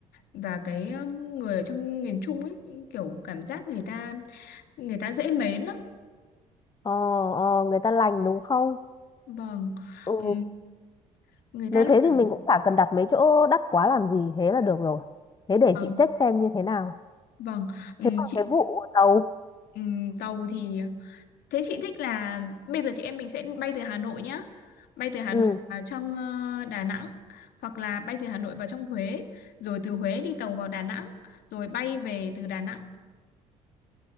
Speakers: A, on the left; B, on the left.
A: và cái um, người ở trong miền Trung ấy kiểu cảm giác người ta người ta dễ mến lắm.
B: Ờ ờ người ta lành đúng không?
A: Vâng.
B: Ừ
A: Ừm, Người
B: Nếu
A: ta lúc
B: thế
A: nào
B: thì mình cũng chả cần đặt mấy chỗ đắt quá làm gì, thế là được rồi. Thế để
A: vâng,
B: chị check xem như thế nào.
A: vâng. Ừm,
B: Thế còn
A: chị
B: cái vụ tàu,
A: ừm, tàu thì Thế chị thích là bây giờ chị em mình sẽ bay từ Hà Nội nhá. Bay từ Hà
B: ừ,
A: Nội vào trong ờ, Đà Nẵng hoặc là bay từ Hà Nội vào trong Huế, rồi từ Huế đi tàu vào Đà Nẵng, rồi bay về từ Đà Nẵng.